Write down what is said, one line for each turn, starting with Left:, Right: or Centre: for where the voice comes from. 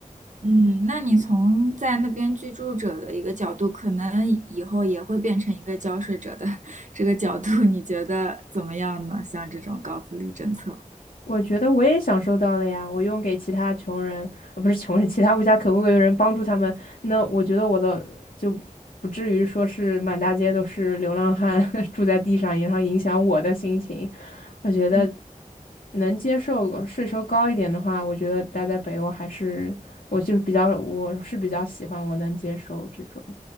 Right: 嗯，那你从在那边居住者的一个角度，可能以以后也会变成一个交税者的 <laughs> 这个角度，你觉得怎么样呢？像这种高福利政策，
Left: 我觉得我也享受到了呀，我用给其他穷人，呃，不是穷人，其他无家可归的人帮助他们，那我觉得我的就不至于说是满大街都是流浪汉 <laughs> 住在地上，然后影响我的心情。我觉得
Right: 对。
Left: 能接受税收高一点的话，我觉得待在北欧还是我就是比较，我是比较喜欢我能接受这种，